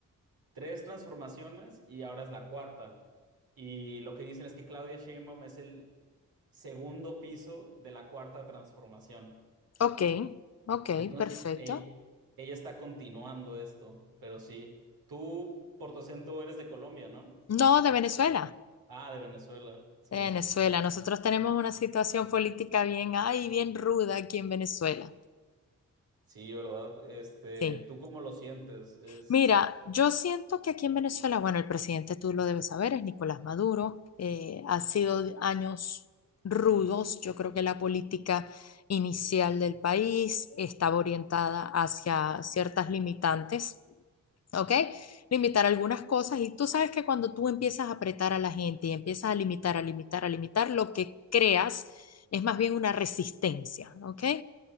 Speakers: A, on the right; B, on the left.
A: tres transformaciones y ahora es la cuarta. Y lo que dicen es que Claudia Sheinbaum es el segundo piso de la cuarta transformación.
B: ok, ok,
A: Entonces,
B: perfecto.
A: ella, ella está continuando esto, pero sí. Tú, por tu acento, eres de Colombia, ¿no?
B: No, de Venezuela.
A: Ah, de Venezuela, sí.
B: De Venezuela, nosotros tenemos una situación política bien, ay, bien ruda aquí en Venezuela.
A: Sí, ¿verdad? Este,
B: Sí.
A: ¿tú cómo lo sientes? Es...
B: Mira, yo siento que aquí en Venezuela, bueno, el presidente tú lo debes saber, es Nicolás Maduro. Eh, ha sido años rudos. Yo creo que la política inicial del país estaba orientada hacia ciertas limitantes. ¿ok? Limitar algunas cosas y tú sabes que cuando tú empiezas a apretar a la gente y empiezas a limitar, a limitar, a limitar, lo que creas es más bien una resistencia, ¿ok?